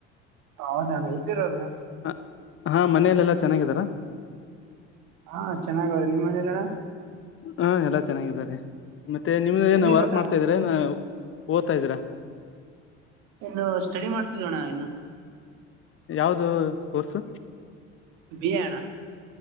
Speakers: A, on the right; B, on the left.
A: ಹೌದಣ್ಣ ಎಲ್ಲಿರೋದು
B: ಹ ಹಾ ಮನೇಲೆೆಲ್ಲಾ ಚೆನ್ನಾಗಿದಾರ
A: ಹಾ ಚೆನ್ನಾಗ ಅವ್ರಿ ನಿಮ್ಮ್ ಮನಲಣ
B: ಹಾ ಎಲ್ಲಾ ಚೆನ್ನಾಗಿದ್ದಾರೆ ಮತ್ತೆ ನಿಮ್ದ ಏನ
A: ಎಲ್ಲಿರೋದಣ
B: ವರ್ಕ್ ಮಾಡ್ತಾ ಇದ್ರ ಓ್ತಾ ಇದೀ್ರಾ
A: ಇನ್ನು ಸ್ಟಡಿ ಮಾಡ್ತಿದವಣ್ಣ ಇನ್ನು
B: ಯಾವ್ದ ಕೋರ್ಸು
A: ಭ ಹಣ